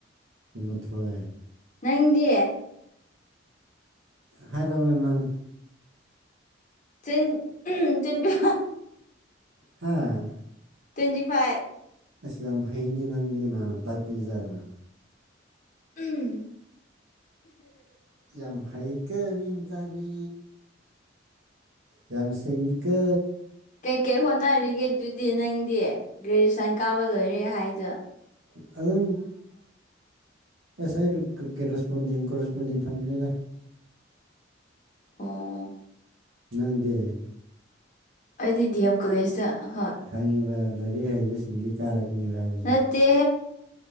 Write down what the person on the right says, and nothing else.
ꯀꯨꯟꯃꯥꯊꯣꯏ
ꯍꯥꯏꯔꯑꯃꯦ ꯅꯪ
ꯍꯥꯥ
ꯑꯩꯁ ꯌꯥꯝ ꯍꯩꯅꯤ ꯅꯪꯗꯤ ꯀꯅꯥꯅ ꯇꯥꯛꯄꯤꯔꯣ
ꯌꯥꯝ ꯍꯩꯀ ꯃꯤ ꯃꯆꯥꯗꯤ ꯌꯝꯁꯤꯤꯡꯀ
ꯑꯗꯨ ꯑꯁ ꯑꯩꯅ ꯀꯦꯔꯦꯁꯄꯣꯟꯗꯤꯡ ꯀꯦꯁꯄꯣꯟꯗꯤꯡ ꯊꯝꯃꯅꯦꯗ
ꯅꯪꯗꯤ
ꯈꯪꯉꯤꯕ ꯂꯥꯏꯔꯤꯛ ꯍꯩꯕꯁꯤꯡꯗꯤ ꯀꯥꯔꯛꯀꯅꯦꯕ ꯍꯥꯏꯕ